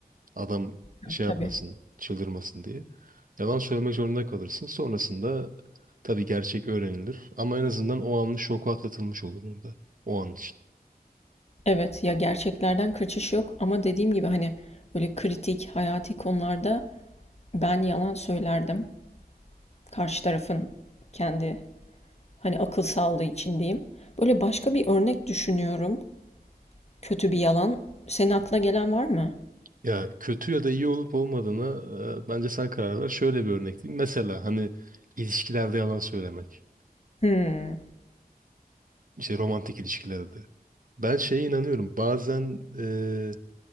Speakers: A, on the right; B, on the left.
A: Adam
B: tabii,
A: şey yapmasın,
B: tabii.
A: çıldırmasın diye. Yalan söylemek zorunda kalırsın. Sonrasında tabii gerçek öğrenilir ama en azından o anın şoku atlatılmış olur orada. O an için.
B: Evet, ya gerçeklerden kaçış yok ama dediğim gibi hani böyle kritik, hayati konularda ben yalan söylerdim. Karşı tarafın kendi hani akıl sağlığı için diyeyim. Böyle başka bir örnek düşünüyorum. Kötü bir yalan. Senin aklına gelen var mı?
A: Ya kötü ya da iyi olup olmadığını e, bence sen karar ver. Şöyle bir örnek diyeyim. Mesela hani ilişkilerde yalan söylemek.
B: Hmm.
A: İşte romantik ilişkilerde. Ben şeye inanıyorum. Bazen eee,